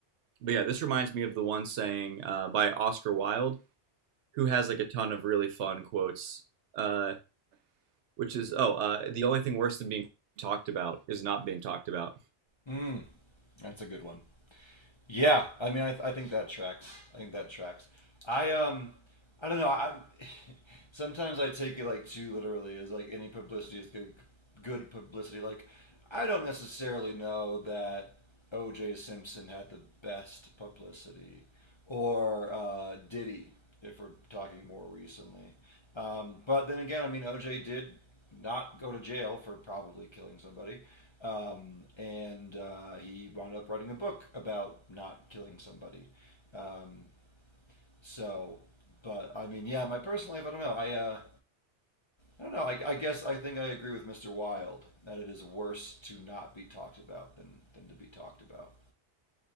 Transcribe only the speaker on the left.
Hmm. That's a good one. Yeah, I mean, I, th- I think that tracks. I think that tracks. I um, I don't know. I <laughs> sometimes I take it like too literally. As like any publicity is good, good publicity. Like I don't necessarily know that O.J. Simpson had the best publicity, or uh, Diddy, if we're talking more recently. Um, but then again, I mean, O.J. did not go to jail for probably killing somebody. Um, and uh, he wound up writing a book about not killing somebody. Um, so, but I mean, yeah, my personal life, I don't know. I, uh, I don't know. I, I guess I think I agree with Mr. Wilde that it is worse to not be talked about than, than to be talked about.